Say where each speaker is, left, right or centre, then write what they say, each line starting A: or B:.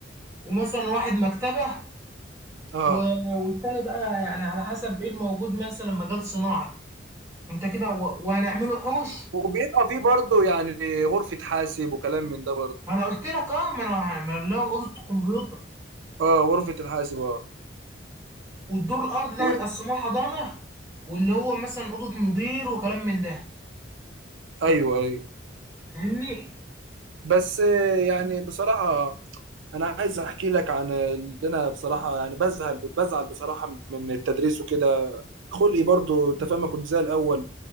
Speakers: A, on the right; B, on the right.
A: ومثلا واحد مكتبه
B: اه
A: و- والتاني بقى يعني على حسب ايه الموجود مثلا مجال صناعة انت كده و- وهنعمله حوش
B: وبيبقى فيه برضه يعني غرفة حاسب وكلام من ده برضه
A: ما انا قلت لك اه ما انا ما أنا اللي هو اوضة الكمبيوتر
B: اه غرفة الحاسب اه
A: والدور الارضي ده
B: و-
A: هنقسموه حضانة واللي هو مثلا اوضة مدير وكلام من ده
B: ايوه ايوه
A: فاهمني؟
B: بس آه، يعني بصراحة انا عايز احكي لك عن اللي انا بصراحه يعني بزعل بزعل بصراحه من التدريس وكده خلقي برضو انت فاهم ما كنت زي الاول